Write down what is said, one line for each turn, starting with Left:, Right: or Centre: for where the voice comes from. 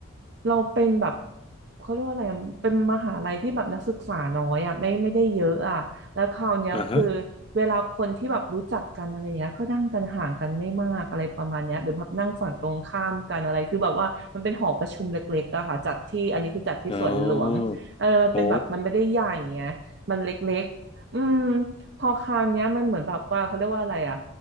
Right: เราเป็นแบบเขาเรียกว่าอะไรอะเป็นมหาลัยที่แบบนักศึกษาน้อยอ่ะไม่ไม่ได้เยอะอ่ะแล้วคราวเนี้ยคือ
Left: อ่าฮะ
Right: เวลาคนที่แบบรู้จักกันอะไรเงี้ยก็นั่งกันห่างกันไม่มากอะไรประมาณเนี้ยหรือแบบนั่งฝั่งตรงข้ามกันอะไรคือแบบว่ามันเป็นหอประชุมเล็กๆอะค่ะจัดที่อันนี้คือจัดที่สวนหลวงเออนเป็นแบบมันไม่ได้ใหญ่ไง
Left: อ๋อโอ้
Right: มันเล็ก อืมพอคราวเนี้ยมันเหมือนแบบว่าเขาเรียกว่าอะไรอ่ะ